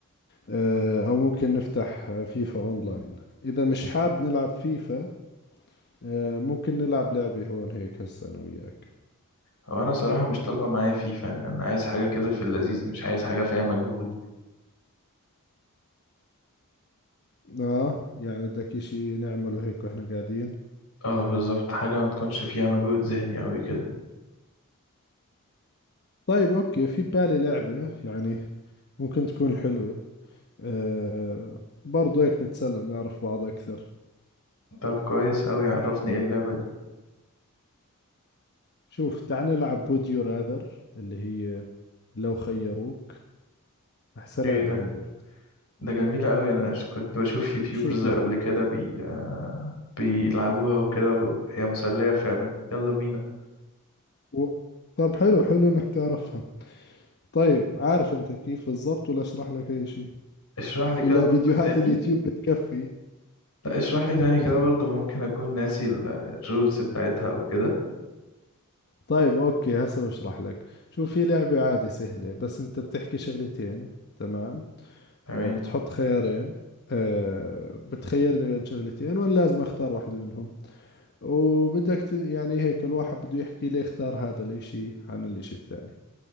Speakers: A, on the left (about 50°); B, on the left (about 80°).
A: آه، او ممكن نفتح آه، فيفا اونلاين اذا مش حاب نلعب فيفا آه، ممكن نلعب لعبه هون هيك هسه انا وياك
B: هو انا صراحه مش طالبه معايا فيفا انا عايز حاجه كده في اللذيذ مش عايز حاجه فيها مجهود
A: اه يعني بدك اشي نعمله هيك واحنا قاعدين
B: اه بالظبط حاجه ما تكونش فيها مجهود ذهني قوي كده
A: طيب اوكي في بالي لعبه يعني ممكن تكون حلوه آه، برضو هيك نتسلى نعرف بعض اكثر
B: طب كويس قوي عرفني ايه اللعبه دي
A: شوف تعال نلعب ووديو راذر اللي هي لو خيروك احسها
B: ايه
A: لعبه
B: ده
A: حلوه
B: ده جميله قوي انا ش- كنت بشوف يوتيوبرز
A: شوف
B: قبل
A: ال-
B: كده بي... بيلعبوها وكده وهي مسليه فعلا يلا بينا
A: و... طب حلو حلو انك تعرفها طيب عارف انت كيف بالضبط ولا اشرح لك اي شيء
B: اشرح لي
A: ولا
B: كده واحدة
A: فيديوهات
B: تاني
A: اليوتيوب بتكفي
B: لا اشرح لي تاني
A: <laughs>
B: كده برضو ممكن اكون ناسي ال- الرولز بتاعتها او كده
A: طيب اوكي هسه بشرح لك شوف في لعبة عادي سهلة بس انت بتحكي شغلتين تمام
B: تمام
A: آه، بتحط خيارين آه، بتخيرني بين شغلتين وانا لازم اختار واحدة منهم وبدك ت... يعني هيك الواحد بده يحكي ليه اختار هذا الاشي عن الاشي الثاني